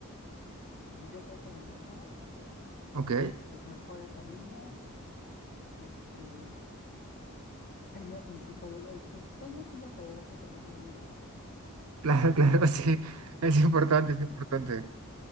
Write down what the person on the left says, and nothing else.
Mm, Yo creo que mi mamá,
mis mejores amigas, este, ay, no, mi psicóloga, este, tal vez sí la terapia también me ha ayudado.